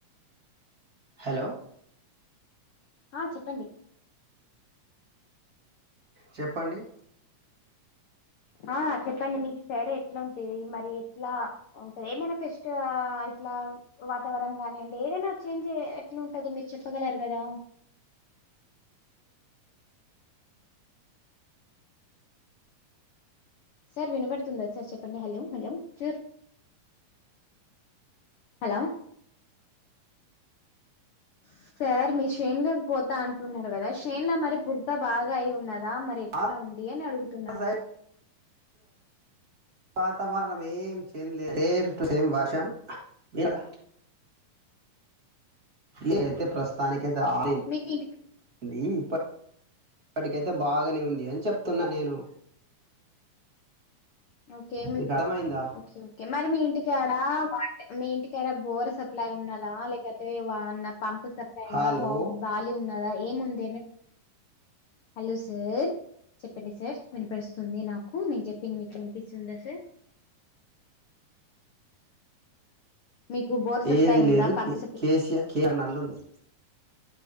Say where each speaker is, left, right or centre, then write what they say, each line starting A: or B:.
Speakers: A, on the right; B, on the left.
A: హలో
B: ఆ చెప్పండి
A: చెప్పండి
B: ఆ చెప్పండి మీకు సైడు ఎట్లు ఉంటిది మరి ఎట్లా వుంటే ఏమనా ఫెస్టుఆ ఇట్లా వాతావరణం గానీ అండి ఏదైనా చేంజ్ ఎట్లుంటది మీరు చెప్పగలరు కదా సార్ వినబడుతుందా సార్ చెప్పండి hello hello sir hello square మీషిన్ల్ కుపోతా అంటున్నారు కదా షేన్ల మరి బురద బాగా అయి ఉన్నదా మరి ఎట్లా
A: ఆ
B: ఉంది అని అడుగుతున్నా
A: మా సైడ్ వాతవరణం ఏం చేంజ్ లేదు సేమ్ టూ సేమ్ వర్షం కదా <inaudible> ప్రస్తుతానికి ఐతే హాల్డే
B: మీక్ ఇంటిక్
A: ఇది ఇప్పటికైతే బాగానే ఉంది అని చెప్తున్నా నేను
B: ఓకే మీ
A: మీకు అర్థమైందా
B: ఓకే ఒకే మరి మీ ఇంటికాడ వాట్ మీ ఇంటికాడ బోర్ సప్లై ఉన్నదా లేకపోతే ఏవనా పంప్ సప్ అయిందా
A: హలో
B: బావు బాలి ఉన్నదా ఏముంది హలో సార్ చెప్పండి సార్ వినిపిస్తుంది నాకు నేను చెప్పింది మీకు వి వినిపిస్తుందా సార్ మీకు బోర్ సప్లై
A: ఏది
B: ఉందా
A: లేదు
B: పంపు
A: కే
B: సప్లై
A: కేసీఆర్ నల్ల ఉంది